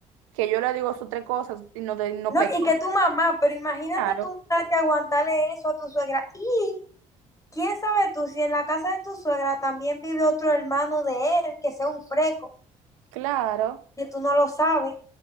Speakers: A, on the right; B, on the left.
A: que yo le digo sus tres cosas y no, de, no
B: No,
A: pego.
B: y que tu mamá, pero imagínate
A: Claro,
B: tú mudarte a aguantarle eso a tu suegra. Y quién sabe tú si en la casa de tu suegra también vive otro hermano de él que sea un freco,
A: claro.
B: que tú no lo sabes,